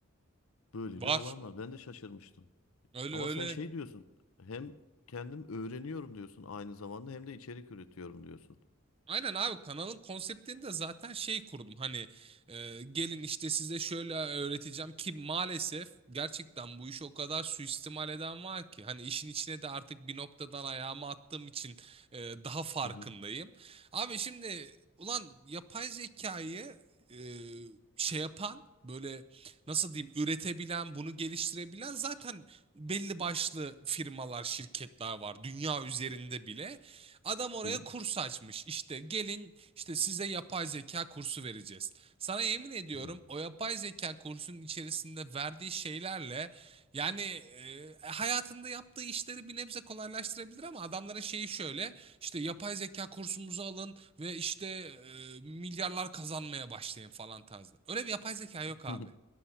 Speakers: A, on the left; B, on the right.
A: Böyle
B: Var.
A: bir alan var. Ben de şaşırmıştım.
B: Öyle
A: Ama
B: öyle.
A: sen şey diyorsun. Hem kendim öğreniyorum diyorsun aynı zamanda hem de içerik üretiyorum diyorsun.
B: Aynen abi kanalın konseptini de zaten şey kurdum hani e, gelin işte size şöyle öğreteceğim ki maalesef gerçekten bu işi o kadar suistimal eden var ki hani işin içine de artık bir noktadan ayağımı attığım için e, daha farkındayım.
A: Hı hı.
B: Abi şimdi ulan yapay zekayı e, şey yapan böyle nasıl diyeyim üretebilen bunu geliştirebilen zaten belli başlı firmalar şirketler var dünya üzerinde bile. Adam oraya
A: Hı
B: kurs açmış. İşte gelin işte size yapay zeka kursu vereceğiz. Sana yemin ediyorum
A: hı.
B: o yapay zeka kursunun içerisinde verdiği şeylerle yani e, hayatında yaptığı işleri bir nebze kolaylaştırabilir ama adamların şeyi şöyle işte yapay zeka kursumuzu alın ve işte e, milyarlar kazanmaya başlayın falan tarzı. Öyle bir yapay zeka yok abi.
A: Hı.